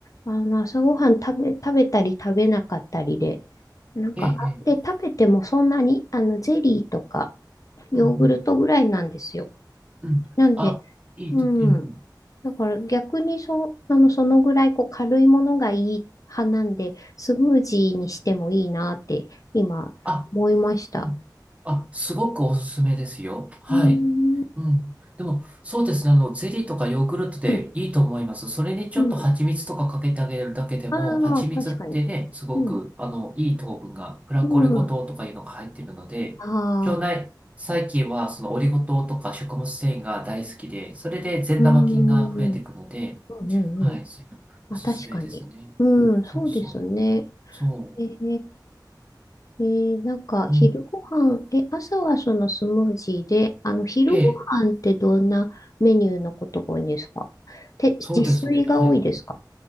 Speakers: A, on the left (about 50°); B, on the right (about 15°).
A: あの、朝ごはん食べ、食べたり食べなかったりで、なんか、
B: ええ、
A: あで、
B: え
A: 食べてもそんなに、あの、ゼリーとか、ヨーグルトぐらいなんですよ。
B: うん、うん、うん。
A: なんで、
B: あ、いいと、
A: ううんん。
B: うん、うん。
A: だから逆にそ、あの、そのぐらいこう軽いものがいい派なんで、スムージーにしてもいいなって今思いました。
B: あ、うん。あ、すごくおすすめですよ。はい。
A: うーん。
B: うん。でも、そうですね。あの、ゼリーとかヨーグルトでいいと思います。
A: うん。
B: それにちょっと蜂蜜とかかけてあげるだけでも、
A: うん。ああ、
B: 蜂蜜ってね、
A: 確かに。
B: すごく、
A: うん。
B: あの、いい糖分が、フラコリゴ糖とかいうのが入っているので、
A: うん。あ
B: 腸内細菌は、
A: あ、
B: そのオリゴ糖とか食物繊維が大好きで、それで善玉菌が増えていくので、
A: うーん。うんうんうん。
B: はい、そういうのおすすめですね。
A: まあ、確かに。うん、
B: そうそう。
A: そうですね。
B: そう。
A: えええー、なんか、
B: うん。
A: 昼ご飯、え、朝はそのスムージーで、あの、昼ご飯ってどんなメニューのことが多いんですかて、
B: ええ、
A: 自炊が多いですか
B: そうですね。はい。